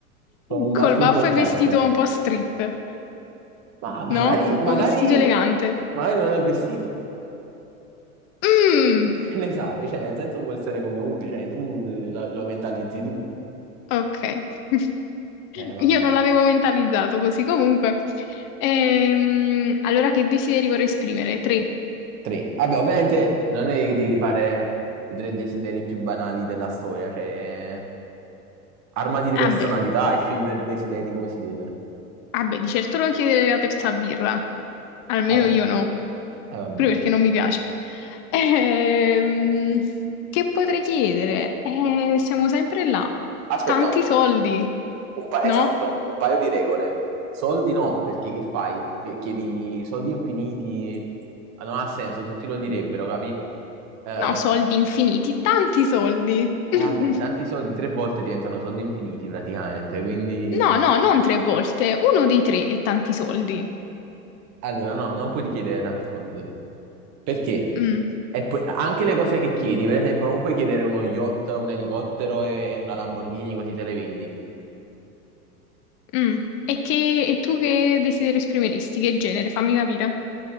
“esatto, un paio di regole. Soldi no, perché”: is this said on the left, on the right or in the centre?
Right